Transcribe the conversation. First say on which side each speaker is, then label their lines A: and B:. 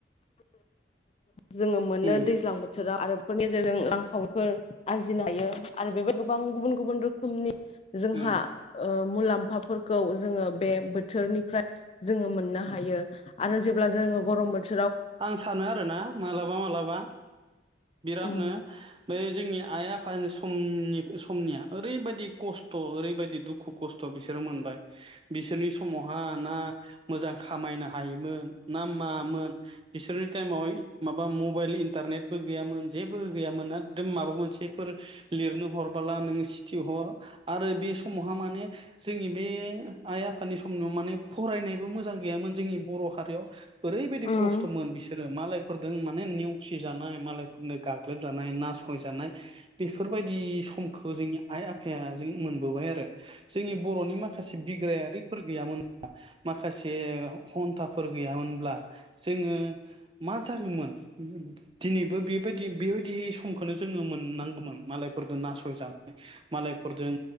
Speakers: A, on the left; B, on the right.
A: जोङो मोनो
B: उम उम
A: दैज्लां बोथोराव आरो फोरनि गेजेरजों आांखावोफोर आरजिनो हायो आरो बेबायदि गोबां गुबुन गुबुन रोखोमनि जोंहा
B: उम
A: ओ मुलाम्फ फाफोरखौ जोङो बे बोथोरनिफ्राय जोङो मोननो हायो आरो जेब्ला जोङो गरम बोथोर
B: आं सानो आरोना मालाबा मालाबा बिरादनो
A: उम
B: बे जोंनि आइ आफ फा समनि समनिया ओरैबायदि खस्थ' ओरैबायदि दुख खु खस्थ' बिसोरो मोनबाय बिसोरनि समावहा ना मोजां खामायनो हायोमोन ना मामोन बिसोरनि टाइमाव माबा मबाइल इन्टारनेटबो गैयामोन जेबो गैयामोन एकदम माबा मोनसेफोर लिरनो हरबोला नोङो सिथि हर आरो बे समावहा माने जोंनि बे आइ आफानि समनाव माने फरायनायबो मोजां गैयामोन जोंनि बर' हारियाव ओरैबायदि
A: उम
B: खस्थ' थमोन
A: उम
B: बिसोरो मालायफोरजों माने नेवसि जानाय मालायफोरनो गाग्लोब जा नाय नाचय जानाय बेफोरबायदि समखौ जोंनि आइ आफाया उम मोनबोबाय आरो जोंनि बर'नि माखासे बिग्रायारि फोर गैयामोन माखासे <unintelligible> खथाफोर गैयामोनब्ला जोङो मा जागोमोन दिनैबो बेबायदि बेबायदि समखौनो जोङो मोननांगौमोन मालायफोरजों नासयजानाय मालायफोरजों